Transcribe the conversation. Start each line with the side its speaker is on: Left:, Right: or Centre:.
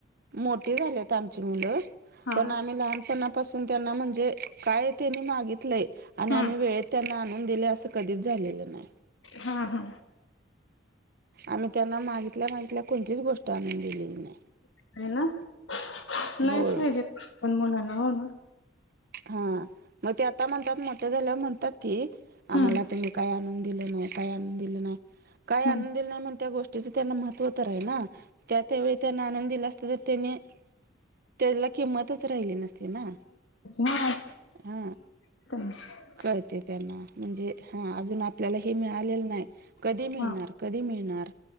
Right: मोठी झालीत आमची मुलं
Left: हा
Right: पण आम्ही लहानपणा पासून त्यांना म्हणजे काय त्यांनी मागितलंय आणि
Left: हा
Right: आम्ही वेळेत त्यांना आणून दिले असं कधीच झालेलं नाही
Left: हा हा
Right: आम्ही त्यांना मागितल्या मागितल्या कोणतीच गोष्ट आणून दिलेली नाही
Left: आहे ना नाहीच
Right: होय
Left: पाहिजे पण मुलाला हो ना
Right: हा मग ते आता म्हणतात मोठ्या झाल्या म्हणतात ती
Left: हम्म
Right: आम्हाला तुम्ही काय आणून दिलं नाही काय आणून दिलं नाही काय आनून
Left: हम्म
Right: दिलंय नाही, म्हण त्या गोष्टीच त्यांना महत्व तर आहे, ना त्या त्यावेळी त्यांना आणून दिलं असत. तर त्यानी त्याला किंमतच राहिली. नसते ना
Left: हा
Right: हा
Left: तर
Right: कळते त्यांना म्हणजे हा अजून आपल्याला हे मिळालेलं नाही कधी मिळणार
Left: हा
Right: कधी मिळणार